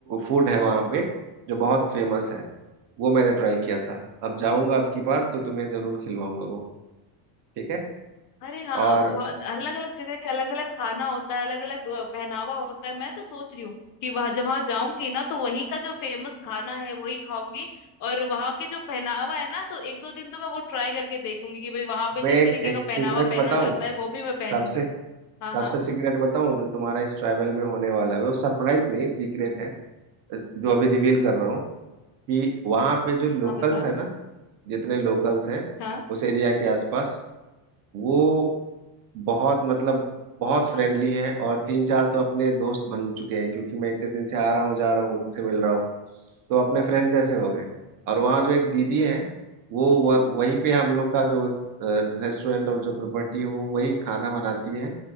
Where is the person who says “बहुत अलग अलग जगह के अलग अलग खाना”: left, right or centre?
Left